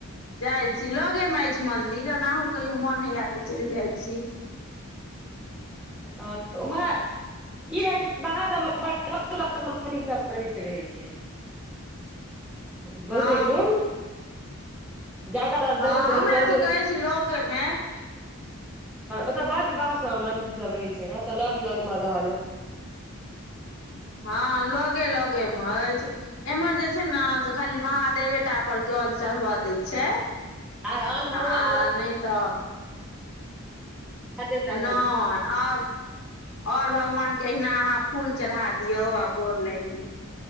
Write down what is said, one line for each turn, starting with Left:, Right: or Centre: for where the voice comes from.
Left: जाय छी लगे मे अछी मंन्दिर आनाहु कहियो मोन होयऽ तऽ चलि जाइ छी
Centre: हँ तऽ ओम्हर ई रहे छै बाहर सबमे मऽ सब रहैत रहै छै बहुते
Left: हँ
Centre: ठुम ज्यादातर
Left: हँ
Centre: देखैत रहै
Left: हमरा
Centre: छियै लगे
Left: सबके अछि लगे मे
Centre: ओतय बड्ड बाहर सब मे मंदिर सब रहे छै ने ओतऽ लग लग मे रहल
Left: हँ लगे लगे मे अछि एम्हर जे छै ने से खाली महादेवे टा पर जल चढ़बऽ दै छै
Centre: आर आन भगवान
Left: आ
Centre: के
Left: नय तऽ
Centre: महादेव टा
Left: नय
Centre: के
Left: आओर आओर भगवान के अहिना अहाँ फूल चढ़ा दियौ आ गोर लाग लियौ